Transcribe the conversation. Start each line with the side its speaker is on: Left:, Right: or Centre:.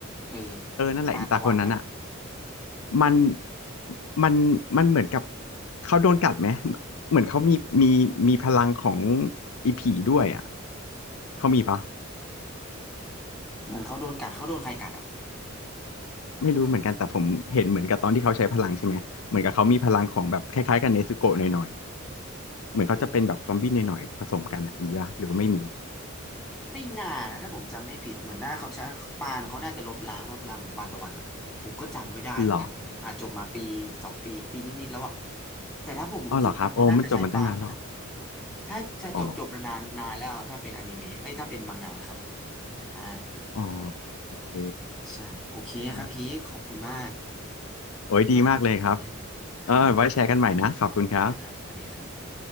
Centre: เออ
Left: เออนั่นแหละอีตาคนนั้นอ่ะ
Centre: ปานตะวันอ่ะ
Left: มันมันมันเหมือนกับเขาโดนกัดไหมเหมือนเขามีมีมีพลังของอีผีด้วยอ่ะเขามีปะ
Centre: เหมือนเขาโดนกัดเขาโดนใครกัดอ่ะ
Left: ไม่รู้เหมือนกันแต่ผมเห็นเหมือนกับตอนที่เขาใช้พลังใช่ไหมเหมือนกับเขามีพลังของแบบคล้ายๆกับเนซึโกะหน่อยๆเหมือนเขาจะเป็นแบบซอมบี้หน่อยๆผสมกันอะมีปะหรือว่าไม่มี
Centre: ไม่น่านะถ้าผมจำไม่ผิดเหมือนหน้าเขาใช้ปานเขาน่าจะลบล้างว่าพลังของปานตะวันอ่ะผมก็จำไม่ได้เหมือนกันผมอาจจบมาปีสองปีปีนิดๆแล้วอ่ะ
Left: หรอ
Centre: แต่ถ้าผมรู้สึกว่าเขาน่าจะใช้ปานเขานะ
Left: อ้อเหรอครับโอ้มันจบมันตั้งนานหรอ
Centre: ถ้าจะจบจบนานๆนานแล้วถ้าเป็นอนิเมะเอ้ยถ้าเป็นมังงะครับ
Left: อ๋อ
Centre: อ่า
Left: อ๋อโอเค
Centre: ใช่โอเคครับพีคขอบคุณมาก
Left: ได้โอ้ยดีมากเลยครับ
Centre: ที่มาแชร์กันครับ
Left: เออไว้แชร์กันใหม่นะขอบคุณครับ
Centre: ครับสวัสดีครับ